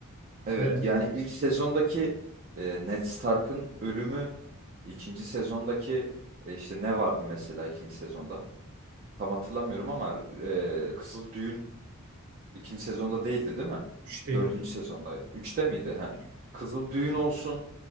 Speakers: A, on the right; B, on the right.
A: Evet,
B: Evet.
A: yani ilk sezondaki e, Ned Stark'ın ölümü, ikinci sezondaki e, işte ne vardı mesela ikinci sezonda? Tam hatırlamıyorum ama e, Kızıl Düğün ikinci sezonda değildi, değil mi?
B: 3'teydi
A: Dördüncü
B: o.
A: sezondaydı. Üçte miydi? He.
B: Tamam,
A: Kızıl
B: üçteydi.
A: Düğün olsun.